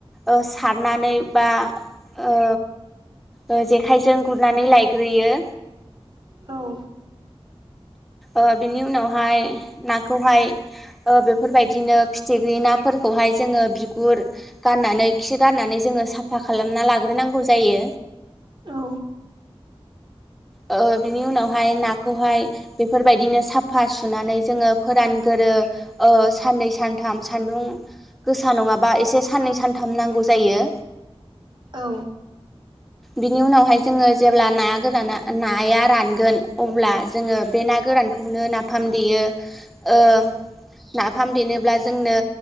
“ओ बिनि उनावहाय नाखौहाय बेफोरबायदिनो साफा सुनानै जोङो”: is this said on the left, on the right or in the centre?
Centre